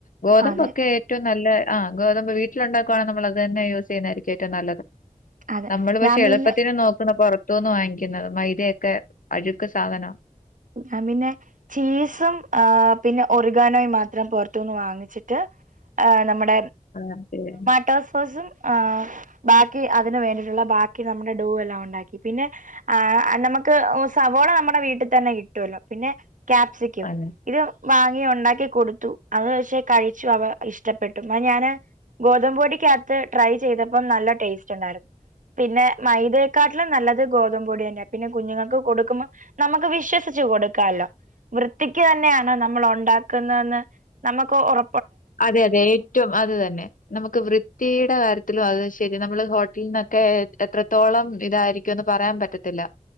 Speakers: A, on the left; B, on the right.
A: ഗോതമ്പൊക്കെ
B: അതെ
A: ഏറ്റു നല്ല ആഹ് ഗോതമ്പ് വീട്ടിലുണ്ടാക്കുകവാ നമ്മളത് തന്നെ യൂസ് ചെയ്യുന്നതായിരിക്കും ഏറ്റം നല്ലത്.
B: അതെ
A: നമ്മള് പക്ഷെ
B: ഞാൻ
A: എളുപ്പത്തിന്
B: പിന്നെ
A: നോക്കുന്ന പൊറത്തൂന്ന് വാങ്ങിക്കുന്ന മൈദൊയൊക്കെ അഴുക്ക് സാധന.
B: ന്നാപിന്നെ ചീസും ആഹ് പിന്നെ ഒറിഗാനോയും മാത്രം പൊറ്ത്തൂന്ന് വാങ്ങിച്ചിട്ട് ആ നമ്മുടെ
A: ആ പിന്നെ
B: ടസ്ഫാസും ബാക്കി അതിന് വേണ്ടിയിട്ടുള്ള ബാക്കി നമ്മുടെ ഡൂ എല്ലാംഉണ്ടാക്കി. പിന്നെ ആഹ് നമുക്ക് ഒസവോള നമ്മടെ വീട്ട് തന്നെ കിട്ടോല്ലോ പിന്നെ കാപ്സ്ക്യം.
A: ആഹ്
B: ഇത് വാങ്ങി ഉണ്ടാക്കി കൊടുത്തു അത് വെച്ച് കഴിച്ചു അവ ഇഷ്ടപ്പെട്ടു. മ്മ ഞാന് ഗോതമ്പൊടിക്കാത്ത് ട്രൈ ചെയ്തപ്പം നല്ല ടേസ്റ്റുണ്ടായിരുന്നു. പിന്നെ മൈതയക്കാട്ടിലും നല്ലത് ഗോതമ്പൊടിയെന്നെ പിന്നെ കുഞ്ഞുങ്ങക്ക് കൊടുക്കുമ്പോ നമ ക്ക് വിശ്വസിച്ചു കൊടുക്കാല്ലോ. വൃത്തിക്ക് തന്നെയാണ് നമ്മളുണ്ടാക്കുന്നെന്ന് നമ്മക്ക് ഒറ
A: അതെ അതെ ഏറ്റവും അത് തന്നെ. നമുക്ക് വൃത്തീടെ കാര്യത്തിലും ശരി നമ്മള് ഹോട്ടൽന്നൊക്കെ എത്രത്തോളം ഇതായിരിക്കും. ക്ക് അത് പറയാൻ പറ്റത്തില്ല.